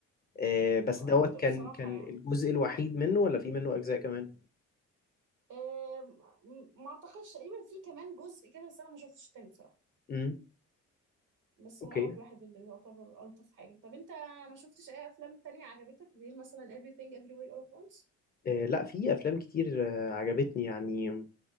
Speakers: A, on the left (about 30°); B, on the right (about 85°).
A: آه، بس
B: آه،
A: دوت
B: ده
A: كان
B: بصراحة
A: كان
B: يعني
A: الجزء الوحيد منه ولا في منه أجزاء كمان؟
B: آم، م- ما اعتقدش تقريبا في كمان جزء كده بس انا ما شفتش التاني بصراحة
A: امم
B: بس
A: اوكي
B: هو اول واحد اللي يعتبر الطف حاجة طب انت ما شفتش اي افلام تانية عجبتك غير مثلا Everything Everywhere All at Once
A: آه، لا في أفلام كتير آه، عجبتني يعني